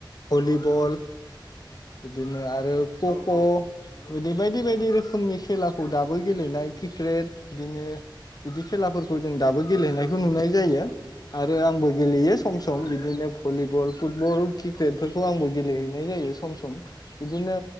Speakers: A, on the left (about 50°); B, on the left (about 30°).
A: भलिबल
B: औ
A: बिदिनो आरो खख
B: औ औ नंगौ
A: बिदि बायदि बायदि रोखोमनि खेलाखौ
B: औ
A: दाबो गेलेनाय क्रिकेट बिदिनो बिदि खेलाफोरखौ जों दाबो गेलेनायखौ नुनाय जायो आरो आरो आंबो गेलेयो सम सम
B: औ
A: बिदिनो भलिबल फुटबल क्रिकेटफोरखौ
B: औ
A: आंबो गेलेहैयो बे जायैबाय सम सम सम बिदिनो